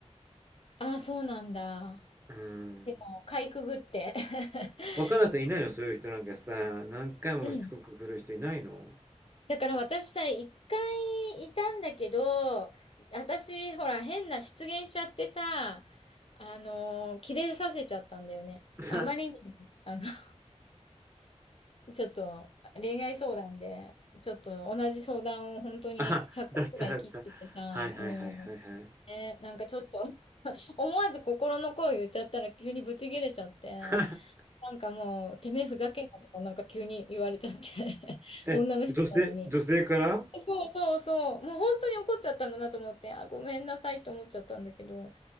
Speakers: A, on the left (about 55°); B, on the right (about 20°).
A: ああ、そうなんだ。
B: うーん。
A: もうかいくぐって。<laughs>
B: 若菜さんいないのそういう人なんかさ、何回もしつこく来る人いないの
A: うん。だから私さ、一回いたんだけど、私、ほら、変な失言しちゃってさ、あのー、キレさせちゃったんだよね。
B: <laughs>
A: あまりに、あの <laughs> ちょっと恋愛相談で、ちょっと同じ相談を本当に100回くらい切っててさ、
B: あ、だっただった。はいはいはいはいはい。
A: うん。ね、なんかちょっと <laughs> 思わず心の声言っちゃったら急にブチ切れちゃって、
B: <laughs>
A: なんかもう、てめえふざけんなとか、なんか急に言われちゃって <laughs>
B: え、
A: 女の人なのに。
B: 女性、女性から
A: そうそうそう。もう本当に怒っちゃったんだなと思って、あ、ごめんなさいって思っちゃったんだけど、